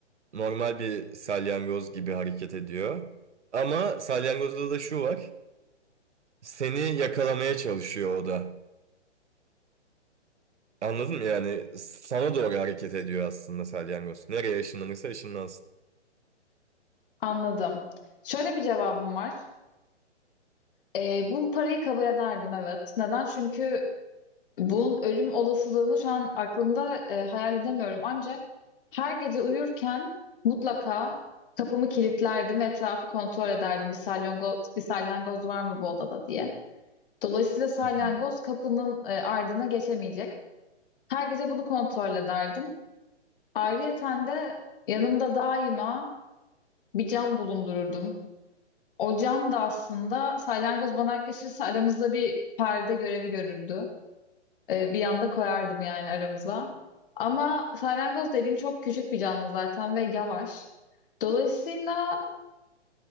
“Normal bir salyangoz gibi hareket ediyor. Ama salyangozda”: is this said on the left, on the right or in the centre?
Right